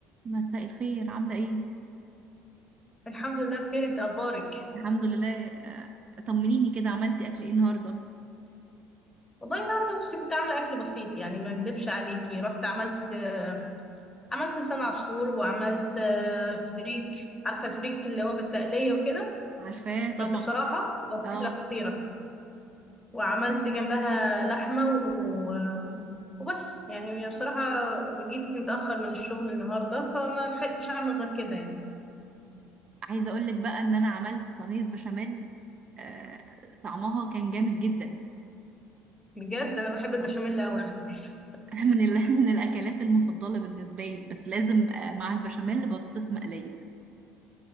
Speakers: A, on the right; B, on the left.
A: مساء الخير عاملة ايه؟
B: الحمد لله بخير انت اخبارك
A: الحمد لله آه، طمنيني كده عملتي اكل ايه النهاردة؟
B: والله النهارده بس كنت عامله اكل بسيط يعني ما اكدبش عليكي رحت عملت آه، عملت لسان عصفور وعملت آه، فريك عارفه الفريك اللي هو بالتقليه وكده
A: عارفاه طبعا
B: بس بصراحه كانت
A: اه
B: اكله خطيره وعملت جنبها لحمه و... آه، وبس يعني بصراحه جيت متاخر من الشغل النهارده فما لحقتش اعمل غير كده يعني
A: عايزة اقولك بقى ان انا عملت صينية بشاميل آه، طعمها كان جامد جدا
B: بجد انا بحب البشاميل
A: آه،
B: قوي على فكره
A: <laughs> من ال- من الاكلات المفضلة بالنسبة لي بس لازم آه، مع البشاميل بطاطس مقلية